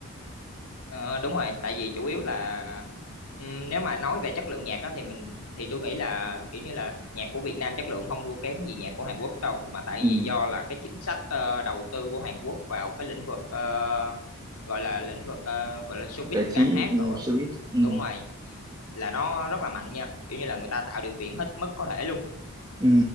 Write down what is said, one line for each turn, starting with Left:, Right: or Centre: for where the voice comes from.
Left: Ờ, đúng rồi tại vì chủ yếu là ừm, nếu mà nói về chất lượng nhạc á thì mình thì tôi nghĩ là kiểu như là nhạc của Việt Nam chất lượng không thua kém gì nhạc của Hàn Quốc đâu mà tại
Right: ừ,
Left: vì do là cái chính sách ờ, đầu tư của Hàn Quốc vào cái lĩnh vực ờ, gọi là lĩnh vực ờ, gọi là showbiz
Right: giải trí,
Left: ca hát
Right: ừ,
Left: rồi á
Right: showbiz, ừ,
Left: đúng rồi là nó rất là mạnh nha kiểu như là người ta tạo điều kiện hết mức có thể luôn
Right: ừ.